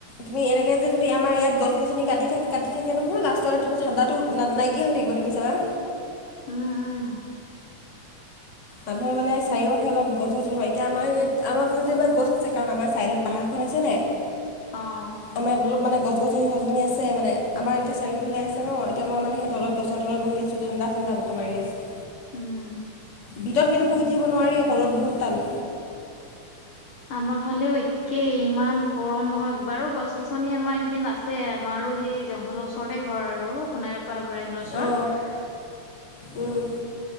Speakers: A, on the left; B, on the left.
A: তুমি এনেকে যে যদি আমাৰ ইয়াত গছনি কাটি থ কাটিাকে নহয় লাষ্টতে তোমাৰ ঠাণ্ডাটো না নাইকিয়া হৈ থাকিব তুমি চাবা
B: উম, উম।
A: মানুহে মানে চাৰিও কাষে অলপ গছ ৰুৱা এতিয়া আমাৰ ইয়াত আমাৰ ঘৰত যেনিবা গছ আছে কাৰণ আমাৰ ছাইডত পাহাৰখন আছে নাই। <inaudible>
B: অ'
A: আমাৰ ইয়াত অলপ মানে গছনি চচগছনি আছে মানে আমাৰ এতিয়া চাৰিওফালে আছে ন এতিয়া মই মানে সেই তলত গছৰ তলত বহি আছোঁ। ঠাণ্ডা ঠাণ্ডা বৰতাহ মাৰি আছে।
B: উম।
A: ভিতৰত কিন্তু বহি থাকিব নোৱাৰি অ'ক ৰ'দ বহুত টান।
B: আমাৰ ফালেও একে ইমান গৰম নহয় বাৰু গছ গছনি আমাৰ এইখিনিত আছে। যে আমাৰো সেই জংঘলৰ ওচৰতে ঘৰ আৰু সোণাৰ পৰা অভয়ৰণ্য ওচৰত
A: অঁ উম,